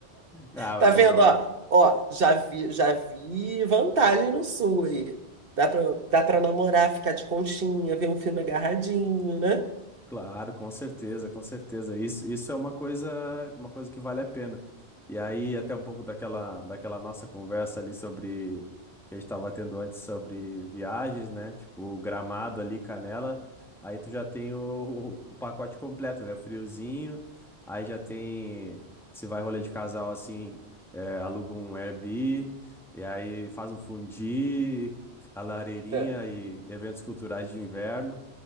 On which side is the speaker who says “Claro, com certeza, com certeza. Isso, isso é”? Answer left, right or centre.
Centre